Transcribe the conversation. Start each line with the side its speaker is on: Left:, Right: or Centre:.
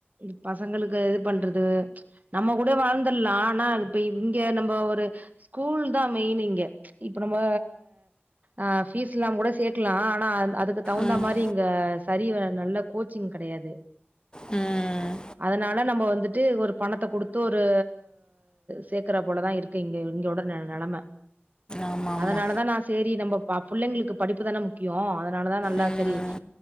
Right: இ பசங்களுக்கு இது பண்றது நம்ம கூட வாழ்ந்துட்லா ஆனா இப்ப இங்க நம்ப ஒரு ஸ்கூல்தா மெயின் இங்க இப்ப நம்ப ஆ ஃபீஸ் இல்லாம கூட சேக்லாம் ஆனா அது அதுக்கு தகுந்தா
Left: ம்
Right: மாரி இங்க சரி வ நல்ல கோச்சிங் கிடையாது
Left: ம்
Right: அதனால நம்ம வந்துட்டு ஒரு பணத்த கொடுத்து ஒரு சேக்கற போலதான் இருக் கு இங்க இங்கோட ந நெலம
Left: ஆமா ஆமா
Right: அதனாலதா நா சேரி நம்ம பா பிள்ளைங்களுக்கு படிப்பு தான முக்கியொ அ தனாலதா நல்லா
Left: ம்
Right: சரி